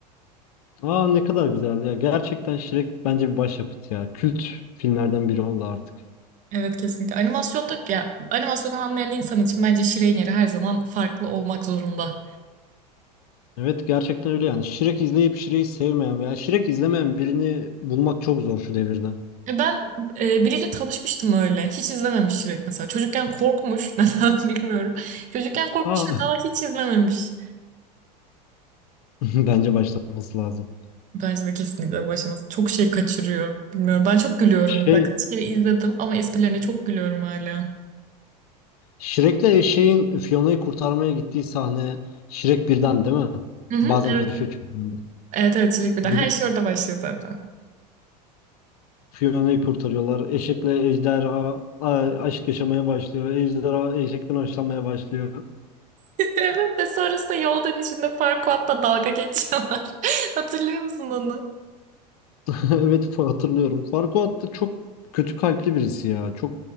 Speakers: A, on the left; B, on the right.
A: aa ne kadar güzel ya. Gerçekten Shrek bence bir başyapıt ya. Kült filmlerden biri oldu artık.
B: Evet kesinlikle. Animasyonda ya animasyonu anlayan insan için bence Şirin yeri her zaman farklı olmak zorunda.
A: Evet gerçekten öyle yani. Shrek izleyip Shrek'i sevmeyen veya Shrek izlemeyen birini bulmak çok zor şu devirde.
B: E, Ben e, biriyle tanışmıştım öyle. Hiç izlememiş Shrek mesela. Çocukken korkmuş. <laughs> Neden bilmiyorum. Çocukken korkmuş
A: Aa.
B: ve daha hiç izlememiş.
A: <laughs> Bence başlaması lazım.
B: Bence de kesinlikle bu aşaması. Çok şey kaçırıyor. Bilmiyorum. Ben çok gülüyorum
A: Şey,
B: mesela. Kaç kere izledim ama esprilerine çok gülüyorum hala.
A: Shrek'le eşeğin Fiona'yı kurtarmaya gittiği sahne Shrek birden değil mi?
B: Hı hı,
A: Bazen
B: evet.
A: karışıyor
B: Evet
A: çünkü. bende.
B: evet evet, Çelik Birden.
A: Gidip
B: Her şey orada başlıyor zaten.
A: Fiona'yı kurtarıyorlar. Eşekle ejderha a- aşk yaşamaya başlıyor. Ejderha eşekten hoşlanmaya başlıyor.
B: <laughs> Evet ve sonrasında yol dönüşünde Farquaad'la dalga geçiyorlar. <laughs> Hatırlıyor musun onu?
A: <laughs> Evet fa- hatırlıyorum. Farquaad da çok kötü kalpli birisi ya. Çok